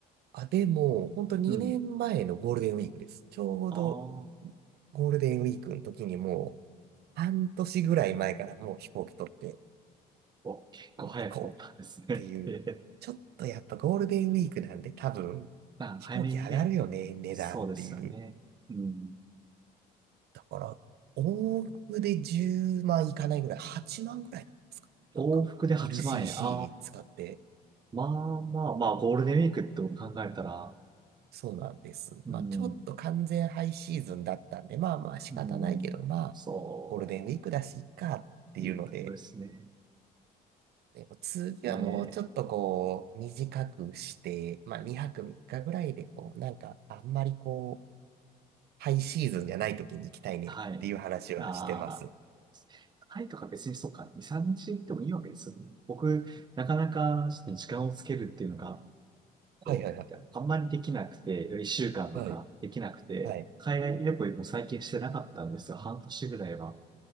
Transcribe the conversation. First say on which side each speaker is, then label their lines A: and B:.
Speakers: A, on the right (about 70°); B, on the right (about 25°).
A: あ、でも、本当2年前のゴールデンウィークです。
B: うん。
A: ちょうど
B: ああ、
A: ゴールデンウィークの時にもう半年ぐらい前からもう飛行機取って、
B: お、結構早く取ったんですね。
A: もう行こうっていう、
B: <laughs> ええ
A: ちょっとやっぱゴールデンウィークなんで多分飛行機上がるよね、
B: まあ、早めにね。
A: 値段っていう。
B: そうですよね。うん。
A: だから、往復で10万いかないぐらい、8万ぐらいなんですかね。
B: 往復で8万円。
A: なんか LCC
B: ああ、
A: 使って、
B: まあまあまあ、ゴールデンウィークってこと考えたら、
A: そうなんです。
B: うん、
A: まあちょっと完全ハイシーズンだったんで、まあまあ仕方ないけど、
B: うん、
A: まあゴールデンウィークだし、
B: そ
A: いっかっていうので、
B: う、いうことですね。
A: でも次はもうちょっとこう短くして、
B: ええ、
A: まあ2泊3日ぐらいでこうなんかあんまりこハイシーズンじゃない時に行きたいねっていう話はしてます。
B: はい。ああ、タイとか別にそうか、2、3日行ってもいいわけですよね。僕、なかなかちょっと時間をつけるっていうのが、こう、
A: はいはいはい。
B: あんまりできなくて、1週間とかできなくて、
A: はい。はい。
B: 海外旅行も最近してなかったんですよ。半年ぐらいは。